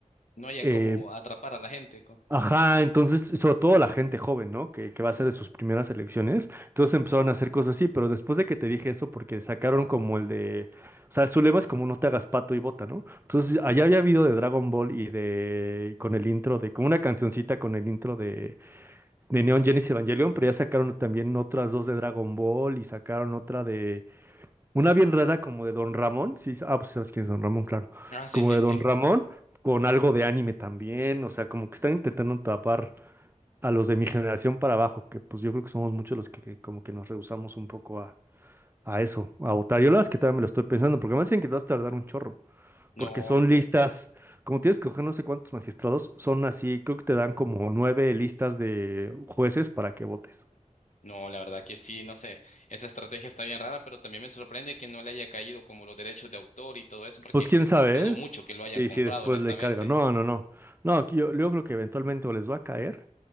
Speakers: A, on the left (about 65°); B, on the right (about 15°).
A: no hayan
B: eh,
A: como atrapar a la gente. con-
B: Ajá, entonces, sobre todo la gente joven, ¿no? Que, que va a ser de sus primeras elecciones. Entonces empezaron a hacer cosas así, pero después de que te dije eso, porque sacaron como el de. O sea, su lema es como no te hagas pato y bota, ¿no? Entonces, allá había habido de Dragon Ball y de. con el intro de. como una cancioncita con el intro de. de Neon Genesis Evangelion, pero ya sacaron también otras dos de Dragon Ball y sacaron otra de. una bien rara como de Don Ramón. Sí, ah, pues sabes quién es Don Ramón, claro.
A: Ah, sí,
B: Como
A: sí,
B: de
A: sí.
B: Don Ramón. Con algo de anime también, o sea, como que están intentando tapar a los de mi generación para abajo, que pues yo creo que somos muchos los que, que como que nos rehusamos un poco a, a eso, a votar. Yo la verdad es que todavía me lo estoy pensando, porque me dicen que te vas a tardar un chorro,
A: No,
B: porque son listas,
A: la-
B: como tienes que coger no sé cuántos magistrados, son así, creo que te dan como nueve listas de jueces para que votes.
A: no, la verdad que sí, no sé. Esa estrategia está bien rara, pero también me sorprende que no le haya caído como los derechos de autor y todo eso, porque
B: Pues quién sabe,
A: dudo
B: ¿eh?
A: mucho que lo hayan
B: Y
A: comprado,
B: si después
A: honestamente.
B: le carga. No, no, no. No, aquí yo, yo creo que eventualmente o les va a caer